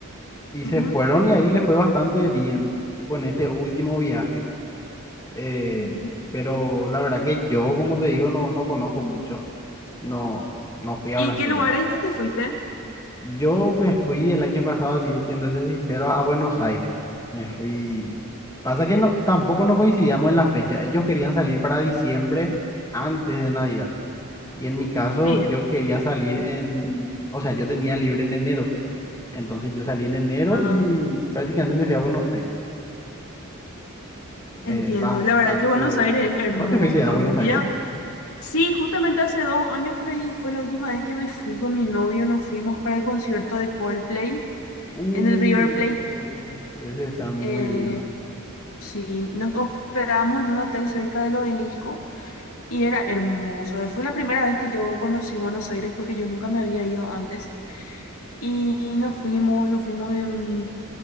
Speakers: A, on the left (about 15°); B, on the left (about 80°).
A: Y
B: ujú,
A: se fueron y ahí les fue bastante bien, tipo en este último viaje. Eh,
B: ujú.
A: pero la verdad que yo, como te digo, no, no conozco mucho. No, no fui a
B: ¿Y
A: Brasil,
B: en qué lugares
A: ¿verdad?
B: ya te fuiste?
A: Yo me fui el año pasado, si siéndote sincero, a Buenos Aires. Me fui. Pasa que no, tampoco no coincidíamos en la fecha. Ellos querían salir para diciembre antes de Navidad. Y en mi caso,
B: Sí.
A: yo quería salir en, o sea, yo tenía libre en enero. Entonces yo salí en enero
B: Ah,
A: y
B: ya.
A: prácticamente me fui a Buenos Aires.
B: Entiendo.
A: Eh, bastante.
B: La verdad que Buenos Aires es hermoso
A: ¿Vos te fuiste
B: también.
A: a Buenos Aires?
B: Yo ya Sí, justamente hace dos años por ahí fue la última vez que me fui con mi novio, nos fuimos para el concierto de Coldplay
A: Uy,
B: en el River Plate.
A: hijo, ese está muy
B: Eh,
A: lindo.
B: sí, nos hospedamos en un hotel cerca del Obelisco y era hermoso. Fue la primera vez que yo conocí Buenos Aires porque yo nunca me había ido antes. Y nos fuimos, nos fuimos en,